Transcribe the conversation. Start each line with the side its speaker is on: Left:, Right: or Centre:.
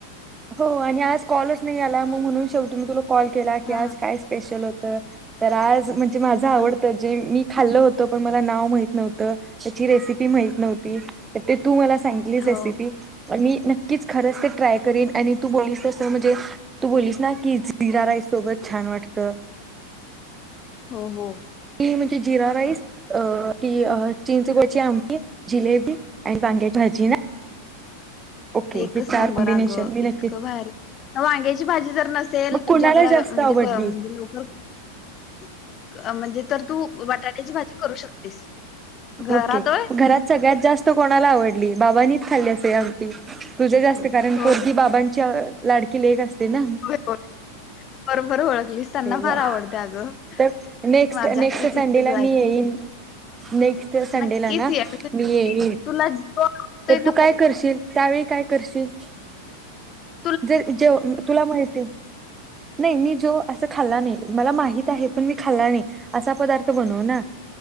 Right: हो आणि आज कॉलच नाही आला मग म्हणून शेवटी मी तुला कॉल केला की
Left: हा
Right: आज
Left: हा
Right: काय स्पेशल होत तर आज म्हणजे माझं आवडतं
Left: हा.
Right: जे मी खाल्लं होत पण मला नाव माहत नव्हतं त्याची रेसिपी माहित नव्हती ते तू मला सांगितलीच
Left: हो
Right: रसि ती मी नक्कीच खरंच ते ट्राय करेन आणि तू बोललीस तस म्हणजे तू बोललीस ना की जिरा राईस सोबत छान वाटतं
Left: <inaudible> हो-हो
Right: ती म्हणजे जिरा राईस अ की चिंचगुळची आमटी जिलेबी आणि बांग्याची भाजी ना. ओके
Left: एकच
Right: हे चार
Left: नंबर
Right: कॉम्बिनेशन
Left: अ गं
Right: मी नक्कीच
Left: इतकं बाहेर. वांग्याची भाजी तर नसेल
Right: मग कोणाला
Left: तुझ्याकडें
Right: जास्त
Left: म्हणजे
Right: आवडली
Left: म्हणजे लवकर म्हणजे तर तू बटाट्याची भाजी करू शकतेस, घरात
Right: ओके
Left: होय
Right: घरात सगळ्यात जास्त कोणाला आवडली बाबानी खाली असे आमटी तुझे जास् कारण
Left: हो
Right: पोरगी बाबांची लाडकी लेक असते ना,
Left: होय होय बरोबर ओखलीस त्यांना
Right: तेव्हा
Left: फार आवडते अगं.
Right: तर नेक्स्ट
Left: माझ्या
Right: नेक्स्ट
Left: हातची चिंचगुळची
Right: संडेला मी येईन
Left: आमटी,
Right: नेक्स्ट संडेला
Left: नक्कीच
Right: ना
Left: ये म्हणजे
Right: मी येई
Left: तुला जो आवडतोय
Right: तर
Left: ना
Right: तू काय करशील त्यावेळी काय, करशील,
Left: ह <inaudible>
Right: जर जे तुला माहिती नाही मी जो अस खाल्ला नाही मला माहित आहे, पण मी खाल्ला नाही असा पदार्थ बनव ना